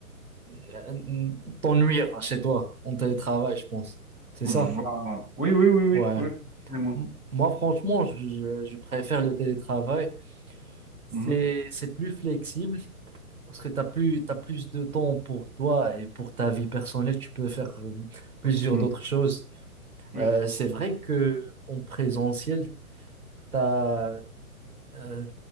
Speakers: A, on the right (about 70°); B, on the right (about 15°).
A: euh, t'ennuyer chez toi en télétravail, je pense. C'est
B: Voilà.
A: ça?
B: Oui, oui, oui, oui,
A: Ouais.
B: oui. Vraiment.
A: M- Moi, franchement, je, je- je préfère le télétravail. C'est,
B: Mhm,
A: c'est plus flexible Parce que tu as plus, t'as plus de temps pour toi et pour ta vie personnelle, tu peux faire euh, plusieurs
B: mhm,
A: d'autres choses.
B: oui,
A: Euh, c'est vrai que en présentiel, t'as, euh,